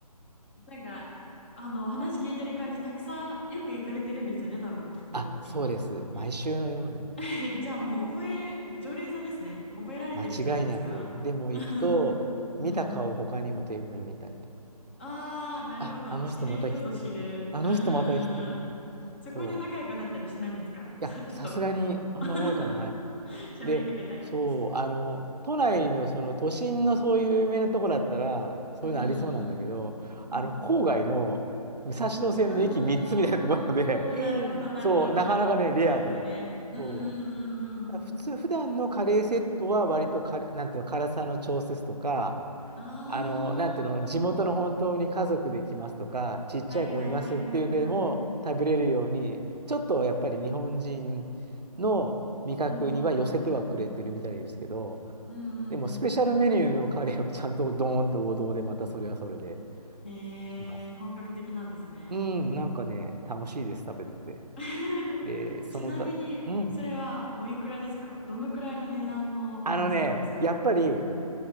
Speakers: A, on the left (about 15°); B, on the right (about 85°).
A: なんか、あの、お話聞いてる感じ、たくさんよく行かれてるんですよね、多分、きっと、
B: あ、そうです。
A: インド、そこに。
B: 毎週のように。
A: えじゃあもう覚え、常連さんですね。覚えられてるんじゃないですか
B: 間違いなく。でも行くと、
A: <laughs>
B: 見た顔他にもテーブルにいたりとか。
A: うんうん。ああ、なるほど。
B: あ、あの人また来てる。
A: 知る人ぞ知る。
B: あの人また来てる。
A: うんうんうんうん。そこで仲良くなったりしないんですか
B: そう。いや、
A: <laughs> ちょっと、
B: さすがにあんまないかな。
A: お <laughs> 喋りかけたり。
B: で、そう、あの、都内のその都心のそういう有名なとこだったら、そういうのありそうなんだけど、
A: うんうんうん。うんうんうん。
B: あの、郊外の武蔵野線の駅3つみたいなところで、
A: ああ、なるほどなるほど。
B: <laughs> そう、なかなかね、レアで。
A: ちょっとね。うんうんうんうんうん。
B: そう普通、普段のカレーセットは割とカレー、なんていうの、辛さの調節とか、
A: あ
B: あの、なんていうの、地元の本当に家族で来ますとか、ちっちゃい子もいますっていうのでも食べれるように、
A: あ、はいはいはいはいはい。
B: ちょっとやっぱり日本人の味覚には寄せてはくれてるみたいですけど、
A: うんうんうんうんうん。うんうんうん。
B: でもスペシャルメニューのカレーはちゃんとドーンと王道でまたそれはそれで
A: えー、
B: 来ます。
A: 本格的なんですね。
B: うん、なんかね、楽しいです、食べてて。
A: <laughs>
B: で、そのた、
A: ちなみに、
B: うん。
A: それはおいくらですかどのくらいの値段のお店なんですかうんうん。
B: あのね、やっぱり